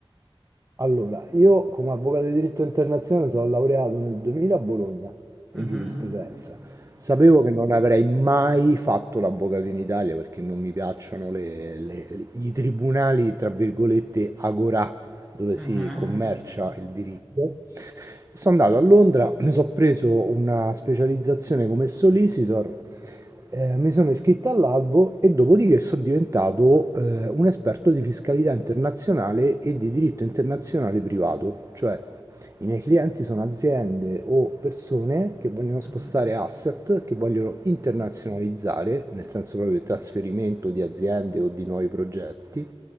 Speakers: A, on the right; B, in the centre.
A: Allora, io come avvocato di diritto internazionale sono laureato nel 2000 a Bologna
B: Mhm,
A: in giurisprudenza. Sapevo che non avrei mai fatto l'avvocato in Italia perché non mi piacciono le- le- i tribunali, tra virgolette, agorà, dove
B: mhm,
A: si commercia il diritto. Sono andato a Londra, mi sono preso una specializzazione come solicitor eh, mi sono iscritto all'albo e dopodiché sono diventato eh, un esperto di fiscalità internazionale e di diritto internazionale privato, cioè i miei clienti sono aziende o persone che vogliono
B: mhm.
A: spostare asset, che vogliono internazionalizzare, nel senso proprio di trasferimento di aziende o di nuovi progetti,